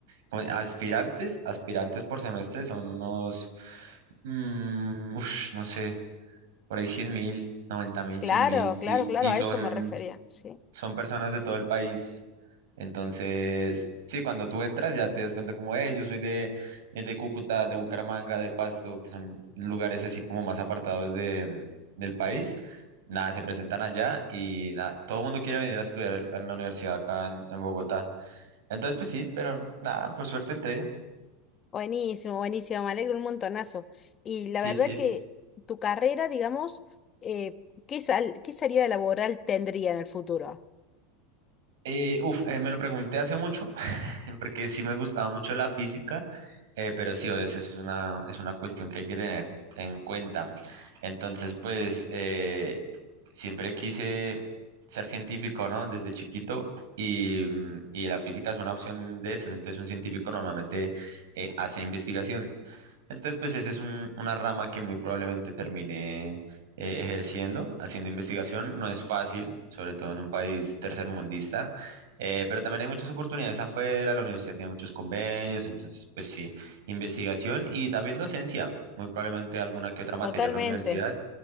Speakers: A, on the right; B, on the left.
A: co- aspirantes, aspirantes por semestre son unos, mm, ush, no sé, por ahí cien mil, noventa mil,
B: Claro,
A: cien mil,
B: claro,
A: y,
B: claro,
A: y
B: a
A: son,
B: eso me refería, sí.
A: son personas de todo el país. Entonces, sí, cuando tú entras ya te das cuenta como, hey, yo soy de, eh, de Cúcuta, de Bucaramanga, de Pasto, que son lugares así como más apartados de, del país. Nada, se presentan allá y nada, todo el mundo quiere venir a estudiar en en la universidad acá en en Bogotá. Entonces, pues sí, pero nada, por suerte entré.
B: Buenísimo, buenísimo, me alegro un montonazo. Y la
A: Sí,
B: verdad
A: sí.
B: que tu carrera, digamos, eh, ¿qué sal, qué salida laboral tendría en el futuro?
A: Eh, uf, eh, me lo pregunté hace mucho, <laughs> porque sí me gustaba mucho la física, eh, pero sí, obvio, eso es una, es una cuestión que hay que tener en cuenta. Entonces, pues, eh, siempre quise ser científico, ¿no? Desde chiquito, y, mm, y la física es una opción de esas, entonces un científico normalmente eh, hace investigación. Entonces, pues esa es un- una rama que muy probablemente termine eh, ejerciendo, haciendo investigación. No es fácil, sobre todo en un país tercermundista, eh, pero también hay muchas oportunidades afuera, la universidad tiene muchos convenios, entonces, pues sí, investigación y también docencia, muy probablemente alguna que otra materia
B: Totalmente.
A: en la universidad.